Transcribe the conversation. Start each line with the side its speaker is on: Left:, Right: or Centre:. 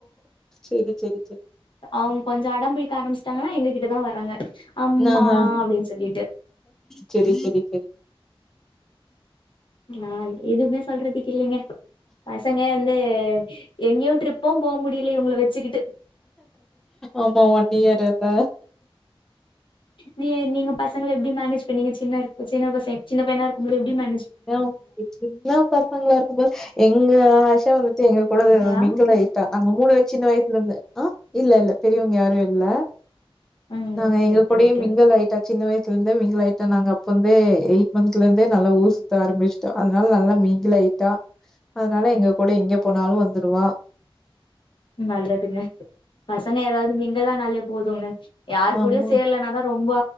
Centre: செரி செரி செரி
Left: அவங்க கொஞ்ச அடம் புடிக்க ஆரம்பச்சிட்டாங்கன்னா எங்க கிட்டதா வராங்க அம்மா
Centre: ஆஹா
Left: அப்டின்னு சொல்லிட்டு
Centre: செரி செரி செரி
Left: நா எதுவுமே சொல்றதுக்கு இல்லைங்க பசங்க வந்து எங்கயு ட்ரிப்பும் போக முடியல இவங்கள வச்சுக்கிட்டு
Centre: ஆமா ஒன் இயர் இந்த
Left: நீ நீங்க பசங்கள எப்டி மேனேஜ் பண்ணீங்க சின்ன சின்ன பச சின்ன பையனா இருக்கும்போது எப்டி மே
Centre: <unintelligible> சின்ன பசங்களா இருக்கும்போது எங்க ஆஷா அது து எங்க கூட அது
Left: ங்களா
Centre: மிங்கிளாயிட்டா நாங்க மூணு சின்ன வய சுல இருந்து ஆஹ் இல்ல இல்ல பெரியவங்க யாரும் இல்ல
Left: ம்
Centre: நாங்க
Left: ஓகே
Centre: எங்க
Left: ஓகே
Centre: கூடயே
Left: ஓகே
Centre: மிங்கிள் ஆய்ட்டா சின்ன வயசுல இருந்தே மிங்கிள் ஆயிட்டோ நாங்க அப்ப இருந்தே எயிட் மன்த்லேர்ந்தே நல்ல ஊர் சு த்த ஆரம்பிச்சுட்டோ அதனால நல்லா மிங்கிள் ஆயிட்டா அதனால எங்க
Left: ம்
Centre: கூட இங்க போனாலு வந்துருவா
Left: நல்லதுங்க பசங்க யாராது மிங்கிள் ஆனாலே போதும்ங்க யாரு
Centre: ஆமா.
Left: கூடயு சேரலனாதா ரொ ம்ப